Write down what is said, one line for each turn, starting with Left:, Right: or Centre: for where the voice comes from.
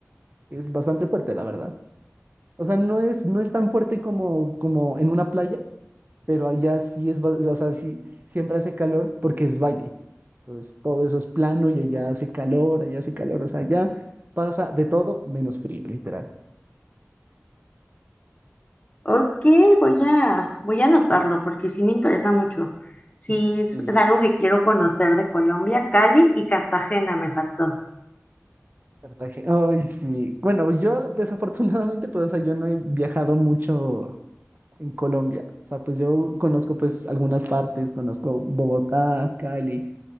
Right: es bastante fuerte, la verdad. O sea, no es, no es tan fuerte como, como en una playa pero allá sí es, ba- o sea, sí, siempre hace calor porque es valle. Entonces, todo eso es plano y allá hace calor, allá hace calor, o sea, allá pasa de todo menos frío, literal.
Left: Ok, voy a, voy a anotarlo porque sí me interesa mucho. Sí, es,
Right: Y
Left: es algo que quiero conocer de Colombia. Cali y Cartagena me faltó.
Right: Cartagena, ay, sí. Bueno, yo desafortunadamente, pues, o sea, yo no he viajado mucho en Colombia. O sea, pues yo conozco pues algunas partes, conozco Bogotá, Cali,